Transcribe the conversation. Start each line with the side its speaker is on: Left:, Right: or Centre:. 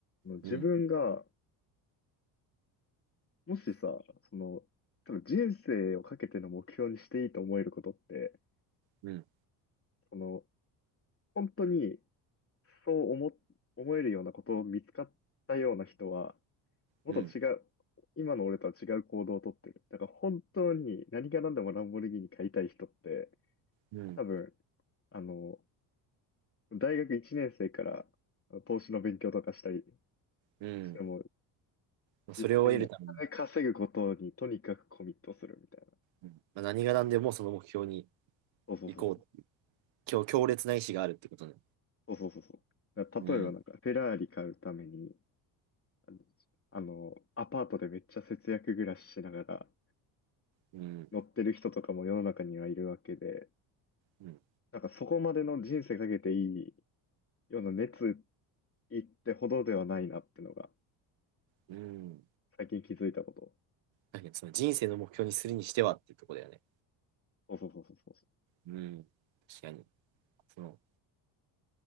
Left: あの自分が
Right: うん。
Left: もしさ、その、多分人生をかけての目標にしていいと思えることって、
Right: うん。
Left: その、本当にそう思、思えるようなことを見つかったような人は、もっと違う、
Right: うん。
Left: 今の俺とは違う行動をとってる。だから本当に何が何でもランボルギーニ買いたい人って、
Right: うん。
Left: 多分、あの、大学1年生からあの投資の勉強とかしたり
Right: うん。
Left: しても、
Right: まあそれを得るために、
Left: 実際にもうお金稼ぐことにとにかくコミットするみたいな。
Right: うんまあ、何が何でもその目標に
Left: そうそうそう
Right: 行こう。強、強烈な意志があるってことね。
Left: そうそうそうそう。だから例えばなんか、
Right: うん。
Left: フェラーリ買うために、あの、あのアパートでめっちゃ節約暮らししながら
Right: うん。
Left: 乗ってる人とかも世の中にはいるわけで、
Right: うん。
Left: なんかそこまでの人生かけていいような熱意ってほどではないなってのが、
Right: うん。
Left: 最近気づいたこと。
Right: だけど、その人生の目標にするにしてはっていうところだよね。
Left: そうそうそうそうそ
Right: うん。確かに。その、